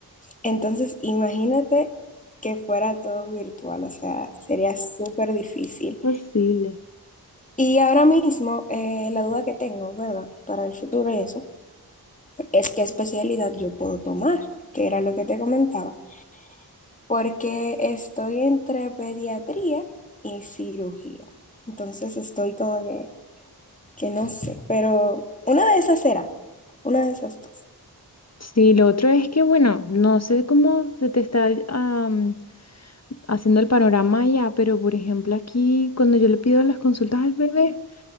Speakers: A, on the left; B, on the left.
A: Entonces, imagínate que fuera todo virtual. O sea, sería súper difícil.
B: Posible.
A: Y ahora mismo, eh, la duda que tengo, ¿verdad? Para el futuro y eso, es qué especialidad yo puedo tomar, que era lo que te comentaba. Porque estoy entre pediatría y cirugía. Entonces, estoy como que que no sé, pero una de esas será, una de esas dos.
B: Sí, lo otro es que, bueno, no sé cómo se te está am, haciendo el panorama allá, pero por ejemplo aquí cuando yo le pido las consultas al bebé,